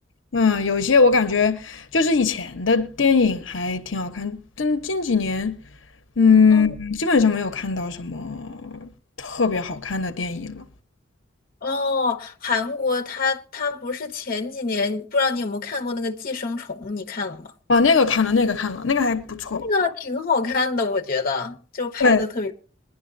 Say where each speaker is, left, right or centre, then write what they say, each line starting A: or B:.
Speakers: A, on the left (about 75°); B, on the left (about 45°).
A: 嗯，有些我感觉就是以前的电影还挺好看，但近几年，嗯，
B: 嗯。
A: 基本上没有看到什么特别好看的电影了。
B: 哦，韩国它它不是前几年，不知道你有没有看过那个《寄生虫》，你看了吗？
A: 哦，那个看了，那个看了，那个还不错。
B: 那个挺好看的，我觉得就拍的特别。
A: 对，